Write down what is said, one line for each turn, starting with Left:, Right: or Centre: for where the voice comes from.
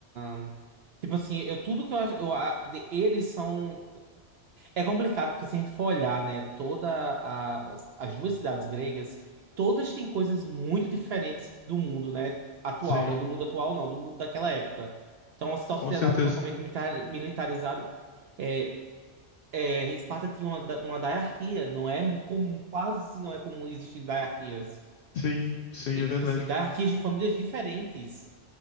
Right: uma- Tipo assim, eu, tudo que eu acho. eu a- de- eles são. É complicado, porque se a gente for olhar, né, toda a, as duas cidades gregas, todas têm coisas muito diferentes do mundo, né, atual,
Left: Sim,
Right: da- do mundo atual não, do mundo daquela época. Então, uma sociedade
Left: com certeza.
Right: totalmente militar- militarizada. É, é, Esparta tinha uma, da- uma diarquia, não é comum, quase não é comum existir diarquias.
Left: Sim, sim,
Right: E,
Left: é verdade.
Right: tipo assim, diarquias de famílias diferentes.